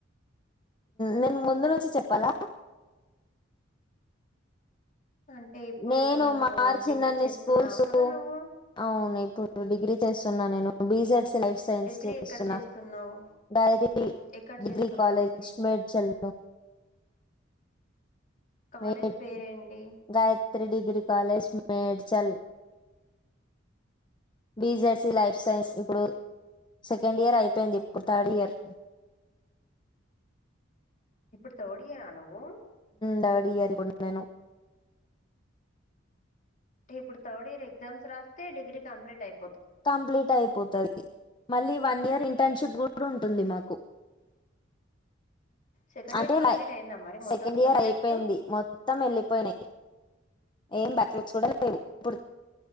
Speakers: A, on the left; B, on the left.
A: నేను ముందు నుంచి చెప్పాలా
B: అంటే ఇప్పుడు
A: నేను
B: నువ్వు
A: మార్చిందన్ని
B: డిగ్రీ చేస్తున్నావు
A: స్కూల్స్
B: కదా నువ్వు
A: అవును ఇప్పుడు డిగ్రీ చేస్తు న్నా నేను బీజెట్స్ లైఫ్ సైన్స్
B: డిగ్రీ
A: చేస్తున్నా
B: ఎక్కడ చేస్తున్నావు
A: త్ర
B: ఎక్కడ
A: డిగ్రీ
B: చేస్తున్నావు
A: కాలేజ్
B: డిగ్రీ
A: మేడ్చల్
B: కాలేజ్
A: మడ్
B: పేరేంటి
A: గాయత్ర three degree college Medchal BZC life science ఇప్పుడు సెకండ్ ఇయర్ అయిపోయింది ఇప్పుడు థర్డ్ ఇయర్
B: ఇప్పుడు తోడయ్యా నువ్వు అంటే
A: తాడి అనికుంటన్నాను
B: అంట ఇప్పుడు థర్డ్ ఇయర్ ఎగ్జామ్ రాస్త డిగ్ర కంప్లీట్యి
A: కంప్లీట్ అయిపోతది మళ్ళీ వన్ ఇయర్ ఇం టర్న్షిప్ కూడా ఉంటుంది మాకు
B: సెకండ్
A: అంటే
B: ఇయర్ కంప్లీట్
A: లైక్
B: అయిందా మరి మొత్తం
A: సెకండ్
B: సబ్జెక్ట్స్
A: ఇయర్ అయిపోయింది మొత్తం వెళ్ళిపోయినయి ఏం బ్యాక్లాగ్స్ కూడా లేవు ఇప్పుడు